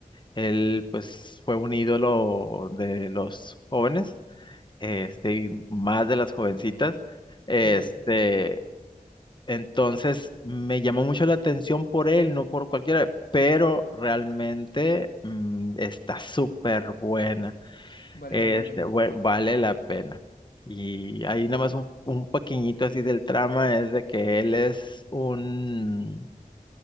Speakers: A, on the left (about 30°); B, on the left (about 80°).
A: Él, pues, fue un ídolo de los jóvenes, este, y más de las jovencitas. Este,
B: <laughs>
A: entonces me llamó mucho la atención por él, no por cualquiera, pero realmente mm, está súper buena.
B: vale
A: Este,
B: la pena.
A: bue- vale la pena. Y ahí nada más un, un pequeñito así del trama es de que él es un,